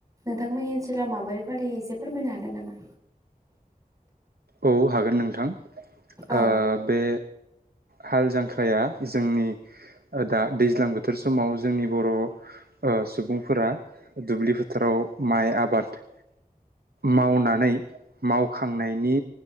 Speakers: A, on the right; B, on the right.
A: नोंथांमोननि ओनसोलाव माबोरै फालियो एसे फोरमायनो हागोन नामा?
B: औ हागोन नोंथां
A: औ
B: ओ बे हाल जांख्राया जोंनि ओ दा दैज्लां बोथोर समाव जोंनि बर' ओ सुबुंफोरा दुब्लि फोथाराव माइ आबाद मावनानै मावखांनायनि